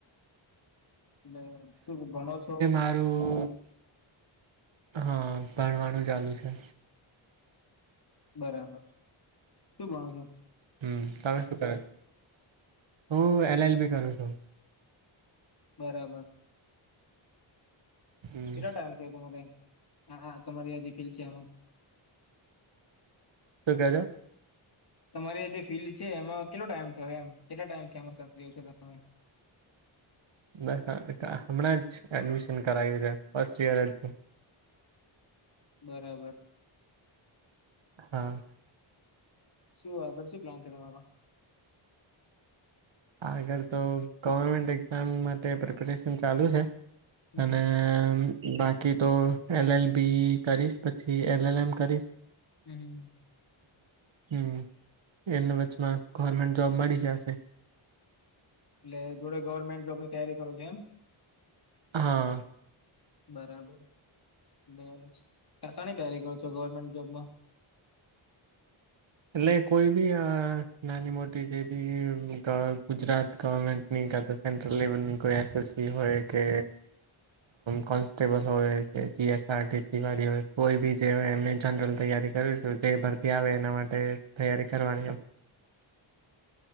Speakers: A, on the left; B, on the right.
A: એટલે શું ભણો છો?
B: આરૂ હા ભણવાનું ચાલુ છે.
A: બરાબર, શું ભણ છો?
B: હમ્મ, તમે શું કર? હું એલ એલ બી કરું છું.
A: બરાબર.
B: હમ
A: કેટલા ટાઈમ થયા, તમારે તમારી આજ ફીડ છે આમાં?
B: શું કયો છો?
A: તમારી આ જે ફિલ્ડ છે એમાં કેટલો ટાઈમ થયો એમ કેટલા ટાઈમથી સક્રિય છે તમે?
B: બસ આ હમણાં જ એડમિશન કરાયું છે ફર્સ્ટ ઈયર જ.
A: બરાબર.
B: હા.
A: શું આગળ શું પ્લાન છે તમારો?
B: આગળ તો ગવર્મેન્ટ એક્ઝામ માટે પ્રિપરેશન ચાલુ છે.
A: હમ
B: અને
A: હમ
B: બાકી તો એલ એલ બી કરીશ પછી એલ એલ એમ કરીશ.
A: હમ્મ હમ્મ.
B: હમ એના વચમાં ગવર્મેન્ટ જોબ મળી જશે.
A: એટ જોડે ગવર્મેન્ટ જોબ તૈયારી કરો છો એમ.
B: હા.
A: બરાબર, બ કસાની તૈારી કરો છો ગવર્મેન્ટ જોબમાં?
B: એટલે કોઈ બી નાની મોટી જે બી ગુજરાત ગવર્મેન્ટ નકા તો સેન્ટ્રલ લેવલ નની કોઈ એસ એસ સી હોય કે કોન્સ્ટેબલ હોય કે G S R T C વાળી હોય કોઈ બી જે હોય એમને જનરલ તૈયારી જ શું જે ભરતી આવે એના માટે તૈયારી કરવાની એમ.